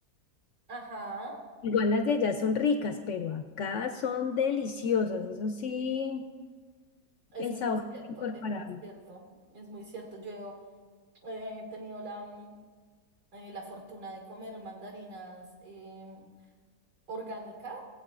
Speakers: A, on the right; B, on the left.
A: Ajá,
B: Igual las de allá son ricas, pero acá son deliciosas. Eso sí,
A: es
B: el
A: muy
B: sabor
A: cierto,
B: es incorporable.
A: es muy cierto, es muy cierto. Yo eh, he tenido la, mm, eh, la fortuna de comer mandarinas em, orgánicas